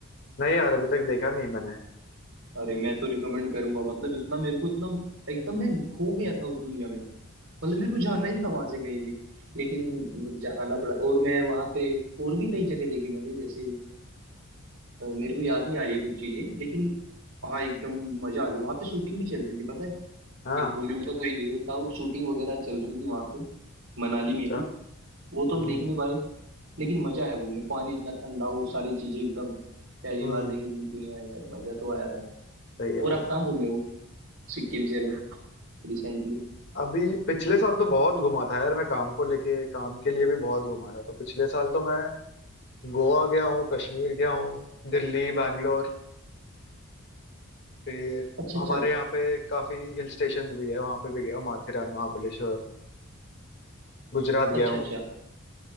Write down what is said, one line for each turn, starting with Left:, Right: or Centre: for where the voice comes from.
Left: नहीं यार अभी तक देखा नहीं मैंने
Right: अरे मैं तो रिकमेंड करूंगा मतलब इतना मेरे को इतना एकदम मैं खो गया था उस दुनिया में मतलब मेरे को जाना ही नहीं था वहां से कहीं भी लेकिन जाना पड़ा और मैं वहां पे और भी कई जगह देखी मैंने जैसे अ, मेरे को याद नहीं आ रही है कुछ चीजें लेकिन हाँ एकदम मजा आ गया वहां पे शूटिंग भी चल रही थी पता है
Left: <laughs> हाँ
Right: एक बॉलीवुड का कोई हीरो था और शूटिंग वगैरह चल रही थी वहां पे मनाली
Left: अच्छा
Right: में ही वो
Left: हम्म
Right: तो हम देख नहीं पाए लेकिन मजा आया घूमने पानी इतना ठंडा और सारी चीजें एकदम पहली
Left: हम्म
Right: बार देखी जिंदगी में आया मजा तो आया था
Left: सही है
Right: और
Left: भाई
Right: आप कहाँ घूमे हो सिक्किम से अलग रिसेंटली
Left: अभी पिछले साल तो बहुत घुमा था यार मैं काम को लेके काम के लिए भी बहुत घुमा था तो पिछले साल तो मैं गोवा गया हूँ कश्मीर गया हूँ दिल्ली बैंगलोर फिर
Right: अच्छा
Left: हमारे
Right: अच्छा अ,
Left: यहाँ पे काफी हिल स्टेशन भी है वहां पे भी गया हूँ माथेरान महाबलेश्वर गुजरात गया
Right: अच्छा
Left: हूँ
Right: अच्छा